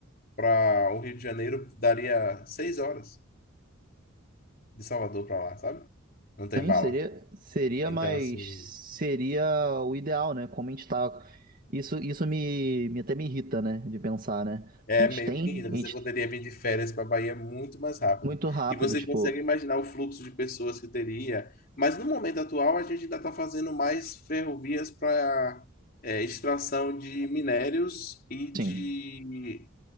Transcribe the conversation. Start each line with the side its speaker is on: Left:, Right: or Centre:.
Left: para o Rio de Janeiro daria seis horas de Salvador para lá, sabe? Não tem
Right: Sim,
Left: bala.
Right: seria, seria,
Left: Então,
Right: mas
Left: assim.
Right: seria o ideal, né? Como a gente tá. Isso, isso me, me até me irrita, né? De pensar, né? Porque
Left: É
Right: a gente
Left: meio
Right: tem,
Left: que irrita.
Right: a
Left: Você
Right: gente
Left: poderia vir de férias para a Bahia muito mais rápido.
Right: muito rápido,
Left: E você
Right: tipo,
Left: consegue imaginar o fluxo de pessoas que teria. Mas no momento atual, a gente ainda está fazendo mais ferrovias para extração de minérios e de,
Right: sim.